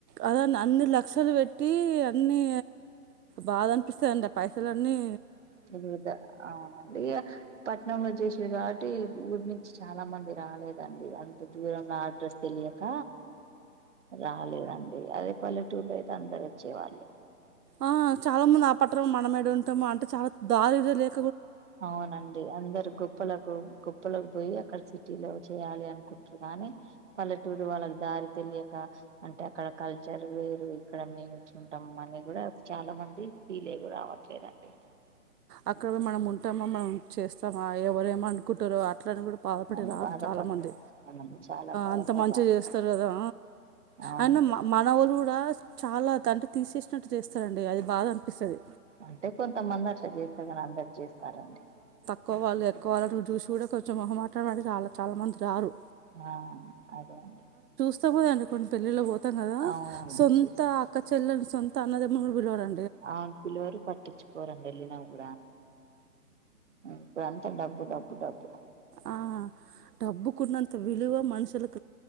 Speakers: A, on the right (about 80°); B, on the right (about 50°).
A: అదన్న అన్ని లక్షలు పెట్టి అన్నీ బాధ అనిపిస్తాయిండి పైసలు అన్నీ
B: వివిధ అవునండి పట్నంలో చేసిరు కా బట్టి ఊరి నుంచి చాలా మంది రాలేదండి అంత దూరంలో అడ్రస్ తెలియక రాలేదండి అదే పల్లెటూరులో అయితే అందరు వచ్చే వాళ్ళు
A: ఆ చాలా మంది ఆ పఠనం మనం ఏడు ఉంటాము అంటే చాలా దారిదే తేలేదు
B: అవునండి అందరు గొప్పలకు గోప్పలకు పోయి అక్కడ సిటీలో చేయాలి అనుకుంటురు గాని అని పల్లెటూరు వాళ్ళకి దారి తెలియక అంటే అక్కడ కల్చర్ వేరు ఇక్కడ మేయి ఉంటాం అని కూడా చాలా మంది ఫీల్ అయ్యి కూడా రావట్లేదండి
A: అక్కడ మనం ఉంటామా మనం చేస్తామా ఎవరేమో అనుకుంటారో అ అట్లని కూడా బాధపడి
B: అని
A: రారు
B: బాధపడతారు
A: చాలా మంది
B: అవునండి చాలా బాధపడి
A: అంత మంచిగా
B: రావట్లేదు
A: చేస్తారు కదా
B: అవునండి
A: అయిన మన మనవోళ్ళు కూడా చాలా తట్టి తీసేసినట్టు చేస్తారండి అది బాధ అనిపిస్తది
B: అంటే కొంతమంది అట్లా చేస్తేర్ కాని అందరు చేస్తారండి
A: ఎక్కవాలు ఎక్కువాలని చూసి కూడా కొంచెం మొహమాటపడి చాలా చాలా మంది రారు
B: ఆ అదే అండి
A: సొంతమోలు అనుకోని పెళ్ళిలకు పోతాం కదా
B: అవునండి
A: సొంత
B: చూస్తా
A: అక్క చెల్లలు సొంత అన్నదమ్ములు కూడా రారు
B: అవును పిలవరు పట్టించు కోరు వెళ్ళిన కూడా ఇప్పుడు అంతా డబ్బు డబ్బు డబ్బు
A: ఆ డబ్బుకున్నంత విలువ మనుషులకి